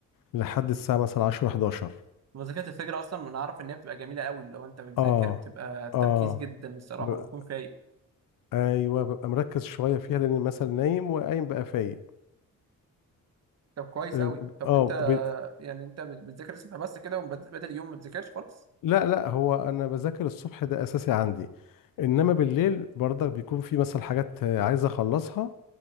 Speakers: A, on the left (about 80°); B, on the right (about 50°).
A: لحد الساعه مثلا 10 11
B: وذاكرة الفجر اصلا انا اعرف ان هي بتبقى جميله قوي لو انت بتذاكر
A: اه
B: بتبقى تركيز
A: اه
B: جدا الصراحه
A: ببقى
B: وبتكون فايق
A: ايوه ببقى مركز شويه فيها لان مثلا نايم وقايم بقى فايق
B: طب كويس
A: اه
B: قوي طب
A: آه،
B: انت
A: ب...
B: يعني انت بت- بتذاكر الصبح بس كده وبدل اليوم ما بتذاكرش خالص
A: لا لا هو انا بذاكر الصبح ده اساسي عندي انما بالليل برضك بيكون في مثلا حاجات آه، عايز اخلصها